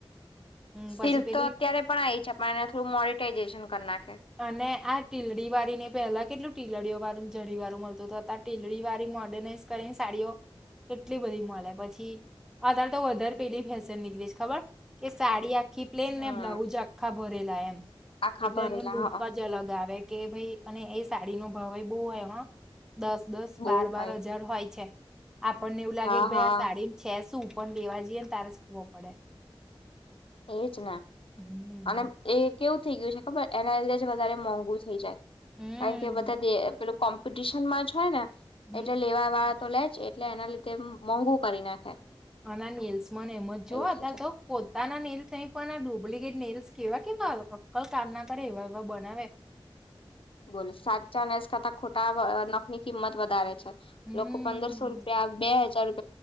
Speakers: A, in the centre; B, on the left.
A: હમ
B: સિલ્ક
A: પછી પેલી
B: તો અત્યારે પણ આવી છે, પણ એના થ્રુ મોડટાઈઝેશન કરનાર.
A: અને આ ટીલડી વાળી ને પહેલા કેટલું ટિલડીઓ વાળું જરી વાળું મળતું હતું. હવે ટિલડી વાળી મોડર્નાઈઝ કરીને સાડીઓ. કેટલી બધી મળે પછી અતારે તો વધારે પેલી ફેસન નીકળી. ખબર કે સાડી આવી. આખી પ્લેન,
B: હમ
A: ને બ્લાઉજ આખા ભરેલા એમ
B: આખા
A: એટલે
B: ભરેલા
A: એનો લુક. ખૂબ
B: હા
A: જ અલગ આવે કે, ભાઈ અને એ સાડી નો ભાવ બહુ હોય. દસ-દસ,
B: બહુ
A: બાર-બાર
B: હોય
A: હજાર હોય છે. આપણને એવું લાગે
B: હા
A: કે, ભાઈ
B: હા
A: સાડી ને છે શું? પણ લેવા જઈએ ને ત્યારે જ ખબર પડે.
B: એજ ને,
A: હમ
B: અને એ કેવું થઈ ગયું છે, ખબર? એના લીધે જ વધારે મોંઘુ થઈ જાય,
A: હમ
B: કારણ કે બધા પેલું કોમ્પિટિશન માં જ હોય ને,
A: હમ
B: એટલે લેવા વાત તો લે છે, એટલે એના લીધે મોંઘુ કરી નાખે.
A: આના નેલ્સમાંના એમ જ જોવા
B: એવું થઈ
A: હતા,
B: જાય
A: તો પોતાના નેલ્સ પણ ડુપ્લિકેટ નેલ્સ કેવા-કેવા! અક્કલ કામ ના કરે એવા-એવા બનાવે.
B: બોલો, સાત ચાલેસ કા તા ખોટા નખ ની કિંમત વધારે છે.
A: હમ
B: લોકો પંદરસો રૂપિયા, બે હજાર રૂપ